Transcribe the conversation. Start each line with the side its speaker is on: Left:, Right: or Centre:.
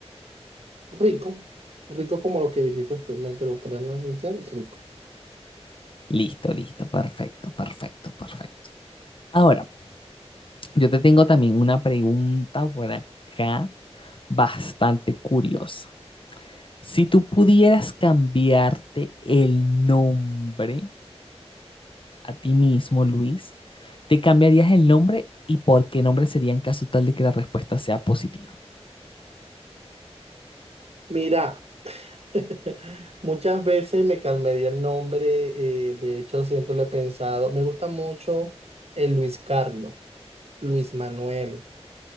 Right: Rico, rico como lo que dijiste tú, me preguntaron en la noche, rico.
Left: Listo, listo, perfecto, perfecto, perfecto. Ahora, yo te tengo también una pregunta por acá bastante curiosa. Si tú pudieras cambiarte el nombre a ti mismo, Luis, ¿te cambiarías el nombre y por qué nombre sería en caso tal de que la respuesta sea positiva?
Right: Mira, <laughs> muchas veces me cambiaría el nombre, eh, de hecho siempre lo he pensado, me gusta mucho el Luis Carlos, Luis Manuel